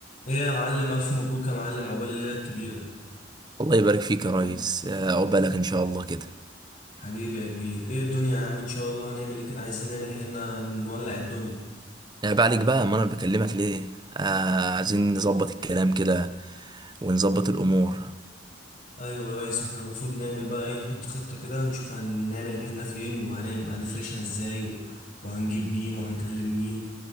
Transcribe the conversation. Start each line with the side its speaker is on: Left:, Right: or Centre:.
Left: ايه يا معلم الف مبروك يا معلم عقبال الليله الكبيره
Right: الله يبارك فيك يا ريس آه، عقبالك ان شاء الله كده
Left: حبيبي يا كبير ايه الدنيا يا عم ان شاء الله هنعمل ايه كده عايزين نعمل حنه نولع الدنيا
Right: آه، بعدك بقى ما انا بكلمك ليه آه، عايزين نظبط الكلام كده ونظبط الامور
Left: ايوه يا ريس احنا المفروض نعمل بقى ايه نحط خطه كده نشوف هنعمل الحنه فين وهنفرشها ازاي و... وهنجيب مين وهنكلم مين